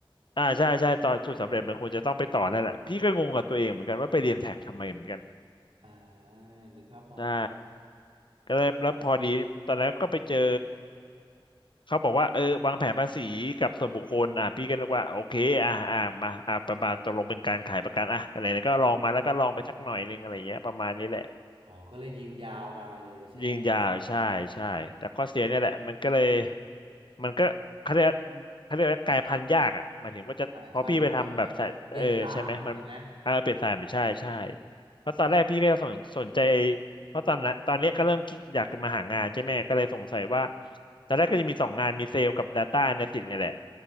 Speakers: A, on the left (about 60°); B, on the right (about 85°).
A: อ่าใช่ใช่ตอนทุนสำเร็จมันควรจะต้องไปต่อนั่นแหละพี่ก็งงกับตัวเองเหมือนกันว่าไปเรียนแท็กทำไมเหมือนกัน
B: อ่านึกภาพออก
A: ใช่ ก็เลยแล้วพอดีตอนนั้นก็ไปเจอเขาบอกว่าเออวางแผนภาษีกับส่วนบุคคลอ่ะพี่ก็นึกว่าโอเคอ่ะอ่ะมาอ่ะประมาณตกลงเป็นการขายประกันอ่ะอะไรนะก็ลองมาแล้วก็ลองไปสักหน่อยนึงอะไรเงี้ยประมาณนี้แหละ
B: อ๋อก็เลยยิงยาวมาเลยใช่ไหม
A: ยิงยาวใช่ใช่แต่ข้อเสียเนี่ยแหละมันก็เลยมันก็เขาเรียกเขาเรียกว่ากลายพันธุ์ยากอ่ะหมายถึงว่าจะพอพี่ไปทำแบบสายเออใช่ไหมมันเออเปลี่ยนสายไม่ใช่ใช่
B: อ่าใช่ใช่ใช่เปลี่ยนสายใช่ไหม
A: เพราะตอนแรกพี่ก็สนสนใจเพราะตอนนั้นตอนเนี้ยก็เริ่มคิดอยากจะมาหางานใช่ไหมก็เลยสงสัยว่าตอนแรกก็จะมีสองงานมีเซลล์กับ Data Analyst เนี่ยแหละ